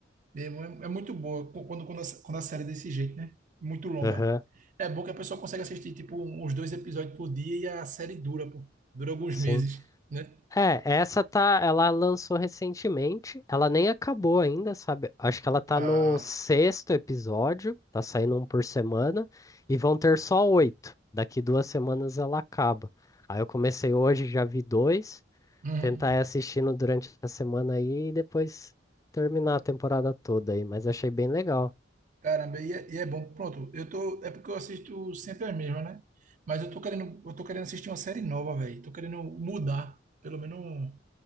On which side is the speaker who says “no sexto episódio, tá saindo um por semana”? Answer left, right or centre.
Left